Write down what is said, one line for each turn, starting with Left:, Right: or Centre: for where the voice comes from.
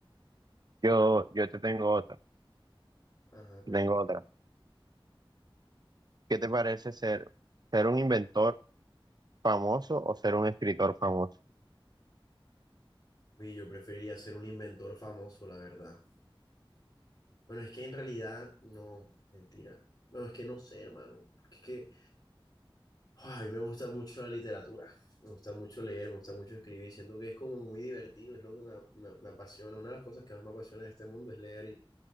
Right: yo, yo te tengo otra,
Left: Ajá,
Right: te
Left: cuéntame.
Right: tengo otra. ¿Qué te parece ser, ser un inventor famoso o ser un escritor famoso?
Left: Uy, yo preferiría ser un inventor famoso, la verdad. Bueno, es que en realidad, no, mentira. No, es que no sé, hermano. porque es que Ah, A mí me gusta mucho la literatura, me gusta mucho leer, me gusta mucho escribir, siento que es como muy divertido, es lo que me, me- me apasiona, una de las cosas que más me apasiona de este mundo es leer y,